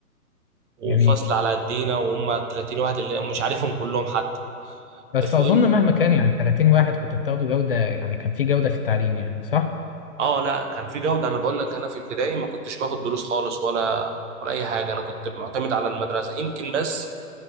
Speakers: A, on the right; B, on the left.
A: وفصل
B: جميل
A: على قدينا وهم 30 واحد اللي مش عارفهم كلهم حتى
B: بس
A: صدم
B: اظن مهما كان يعني 30 واحد كنت بتاخدوا جوده يعني كان في جوده في التعليم يعني صح
A: اه لا كان في جوده انا بقول لك انا في ابتدائي ما كنتش باخد دروس خالص ولا ولا اي حاجه انا كنت معتمد على المدرسه يمكن بس